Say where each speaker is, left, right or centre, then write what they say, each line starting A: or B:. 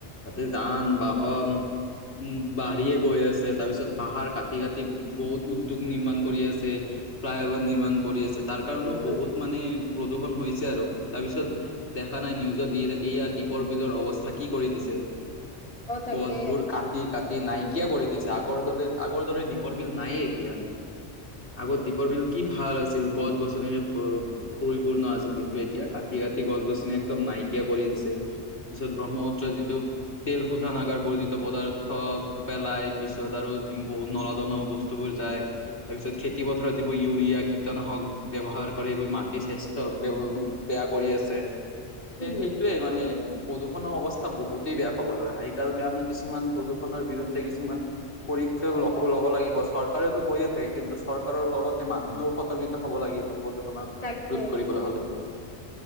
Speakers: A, on the left; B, on the left.
A: তাতে যান বাহন উম, বাঢ়িয়ে গৈ আছে তাৰ পিছত পাহাৰ কাটি, কাটি। বহুত উদ্যোগ নিৰ্মাণ কৰি আছে। ফ্লাই অভাৰ নিৰ্মাণ কৰি আছে। তাৰ কাৰণও
B: উম।
A: বহুত মানে। প্ৰদূষণ হৈছে আৰু। তাৰ পিছত দেখা নাই নিউজত দি থাকে। এইয়া দ্বীপৰ বিলৰ অৱস্থা কি কৰি দিছে।
B: অ তাকে
A: গছবোৰ কাটি, কাটি নাইকিয়া কৰি দিছে। আগৰ দৰে আগৰ দৰে। দীপৰ বিল নায়েই এতিয়া।
B: উম
A: আগত দীপৰ বিল কি ভাল আছিল। গছ -গছনিৰে পৰিপূৰ্ণ আছিল। কিন্তু এতিয়া কাটি, কাটি গছ -গছনি একদম নাইকিয়া কৰি দিছে। পিছত ব্ৰহ্মপুত্ৰ যিটো তেল শোধানাগাৰ বৈধিত পদাৰ্থ পেলাই পিছত আৰু জিম বহুত নলত। বস্তু বোৰ যায় তাৰপিছত। খেতি পথাৰত যিবোৰ ইউৰিয়া কীটনাশক ব্যৱহাৰ কৰে সেইবোৰ মাটি স্বাস্থ্য। বেয়া কৰি আছে
B: উম
A: সেইটোৱে মানে। প্ৰদূষণৰ অৱস্থা বহুতেই বেয়া কব গলে সেকাৰণে আমি কিছুমান প্ৰদূষণৰ বিৰুদ্ধে কিছুমান। চে লক ল'ব লাগিব চৰকাৰে টো কৰিয়ে থাকে। কিন্তু চৰকাৰৰ লগতে মানুহেও সতৰ্কিত হ'ব লাগিব। প্ৰদূষণত
B: তাকে
A: ৰোধ কৰিবলৈ হ'লে।